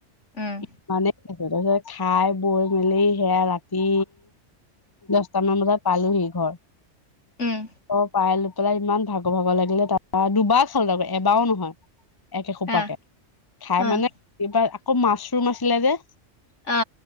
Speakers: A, on the left (about 80°); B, on the left (about 20°).
A: উম,
B: ইমানেই আছে তাৰপিছত খাই বৈ মেলি সেয়া ৰাতি দহটামান বজাত পালোহি ঘৰ
A: উম,
B: অ পাই লৈ পেলাই ইমান ভাগ ভাগৰ ভাগৰ লাগিলে তাত অ দুবাৰ খালো তাকৌ এবাৰও নহয় একে সোপাকে
A: আহ,
B: খাই
A: অ',
B: মানে এইবাৰ আকৌ মাচৰুম আছিলে যে
A: অ